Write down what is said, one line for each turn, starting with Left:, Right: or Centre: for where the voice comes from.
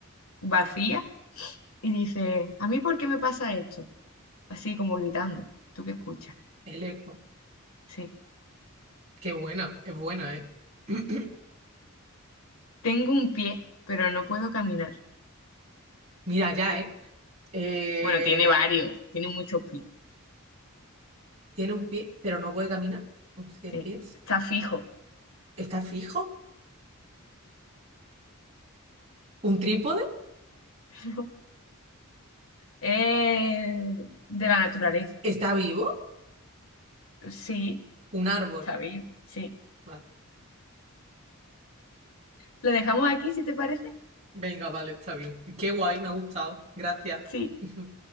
Left: vacía y dices, ¿a mí por qué me pasa esto? Así como gritando. ¿Tú qué escuchas?
Right: el eco.
Left: Sí.
Right: Qué buena. Es buena, ¿eh? <clears throat>
Left: Tengo un pie, pero no puedo caminar.
Right: Mira, ya, ¿eh? Eh,
Left: Bueno, tiene varios, tiene muchos pies.
Right: tiene un pie, pero no puede caminar, un cien
Left: Sí.
Right: pies.
Left: Está fijo.
Right: ¿Está fijo? ¿Un trípode?
Left: <laughs> Es de la naturaleza.
Right: ¿Está vivo?
Left: Sí,
Right: ¿Un árbol?
Left: está vivo. Sí.
Right: Vale.
Left: ¿Lo dejamos aquí si te parece?
Right: Venga, vale, está bien. Qué guay, me ha gustado. Gracias.
Left: Sí.
Right: <laughs>